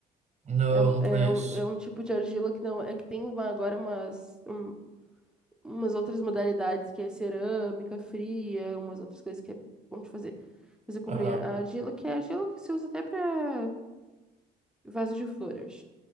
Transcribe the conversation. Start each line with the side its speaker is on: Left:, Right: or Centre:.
Right: Não,
Centre: É, um-
Right: não
Centre: é,
Right: conheço.
Centre: um, é um tipo de argila que não. É que tem uma- agora umas, um- umas outras modalidades, que é cerâmica fria, umas outras coisas que é bom de fazer. Mas eu comprei
Right: Aham.
Centre: a argila, que é a argila que se usa até pra vaso de flor, eu acho.